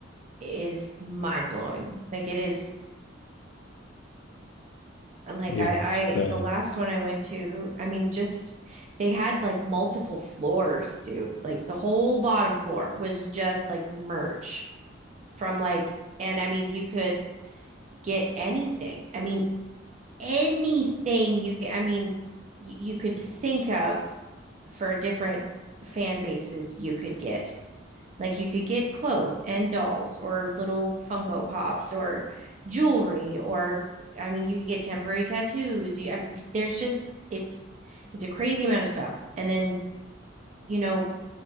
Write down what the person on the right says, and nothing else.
is mind blowing. Like it is And, Like
I, I,
the last one I went to, I mean, just they had like multiple floors, dude. Like the whole bottom floor was just like merch from like, and I mean, you could get anything. I mean, anything you could, I mean, y- you could think of for different fan bases you could get. Like you could get clothes and dolls or little Funko Pops or jewelry or I mean you could get temporary tattoos. You, I, there's just it's it's a crazy amount of stuff. And then, you know,